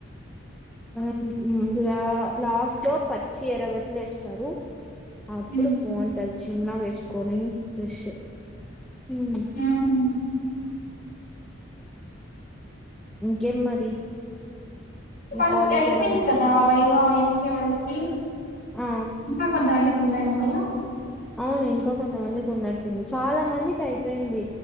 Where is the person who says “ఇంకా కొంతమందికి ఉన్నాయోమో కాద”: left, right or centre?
Left